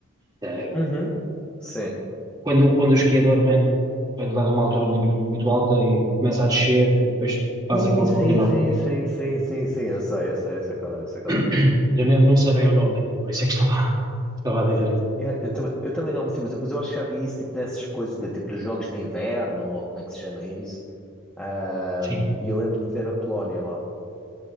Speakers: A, on the right; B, in the centre.
A: Eh,
B: Uhum. Sim.
A: quando, quando o esquiador vem, vem de lá de uma altura muito, muito alta e começa a descer e depois faz
B: Sim,
A: aquele salto
B: sim,
A: enorme.
B: sim, sim, sim, sim, sim. Eu sei, eu sei, eu sei qual é, eu sei qual
A: <coughs>
B: é.
A: Eu nem- não sei bem o nome daquilo, por isso é que estava, <laughs> estava a dizer isso.
B: Yeah, Eu, também, eu também não, sim, mas, mas eu acho que já vi isso tipo nessas coisas, de, tipo dos jogos de inverno, ou como é que se chama isso. Ahm,
A: Sim,
B: E eu lembro-me de ver a Polónia lá.